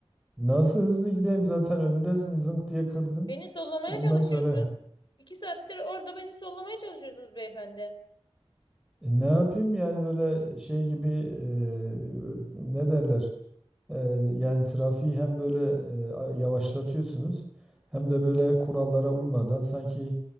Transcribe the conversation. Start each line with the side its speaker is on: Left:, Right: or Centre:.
Centre: Nasıl hızlı gideyim zaten önümdesin zınk diye kırdın.
Left: Beni sollamaya
Centre: Ondan
Left: çalışıyorsun.
Centre: sonra
Left: İki saattir orada beni sollamaya çalışıyorsunuz beyefendi.
Centre: e, ne yapayım yani böyle şey gibi e, ne derler? E, yani trafiği hem böyle e, a- yavaşlatıyorsunuz hem de böyle kurallara uymadan sanki